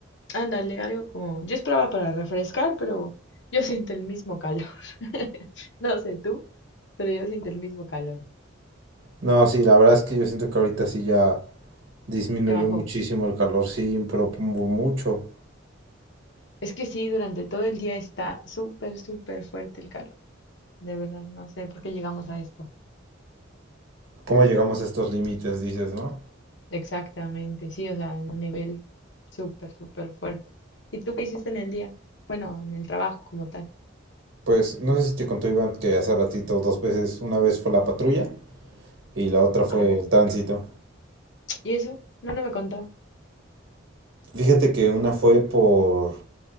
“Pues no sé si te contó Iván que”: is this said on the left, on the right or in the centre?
Right